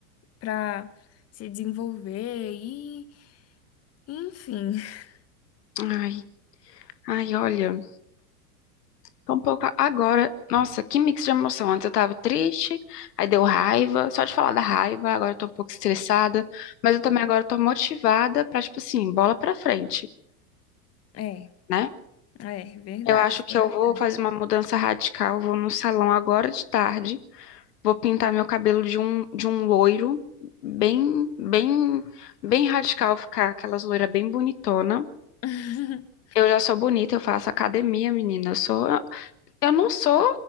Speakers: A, on the left; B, on the left.
A: Pra se desenvolver e, enfim. <laughs>
B: Ai, ai, olha. Tô um pouco. Agora, nossa, que mix de emoção. Antes eu tava triste, aí deu raiva. Só de falar da raiva, agora eu tô um pouco estressada. Mas eu também agora tô motivada pra, tipo assim, bola pra frente.
A: É,
B: né?
A: é verdade,
B: Eu acho
A: isso
B: que
A: é verdade.
B: eu vou fazer uma mudança radical. Vou no salão agora de tarde. Vou pintar meu cabelo de um, de um loiro bem, bem, bem radical, ficar aquelas loiras bem bonitona.
A: <laughs>
B: Eu já sou bonita, eu faço academia, menina. Eu sou, eu não sou,